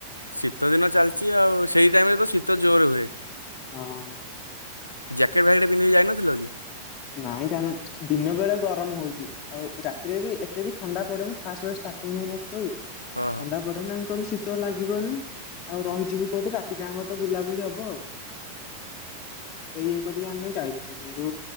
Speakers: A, on the left (about 85°); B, on the left (about 35°).
A: ଶୀତଦିନ ଚାଲିଛି ଆଉ ସେଇ ଟାଇମେ ତ ଶୀତ ଜୋର ହୁଏ।
B: ହଁ।
A: ଜ୍ୟାକେଟ ଭ୍ୟାକଟ ପନ୍ଧିକି ଯାଇନଥିଲ କି?
B: ନାଇଁ ଯାଇନ ଦିନ ବେଳେ ଗରମ ହଉଛି। ଆଉ ରାତିରେ ବି ଏତେ ବି ଥଣ୍ଡା ପଡେନି ଫାଷ୍ଟ ଫାଷ୍ଟ ଷ୍ଟାର୍ଟିଂ ହୁଏନା ସେ ଥଣ୍ଡା
A: ହଁ ହଁ।
B: ପଡେ। ଦେନାଙ୍କର ଶୀତ ଲାଗିବନି। ରହିଯିବୁ କୋଉଠି ରାତି ଟାଙ୍କ ତ ବୁଲାବୁଲି ହବ ଆଉ। ସେ ଇଏ କରିବେ ଆମେ ଯାଇଥିଲୁ କିନ୍ତୁ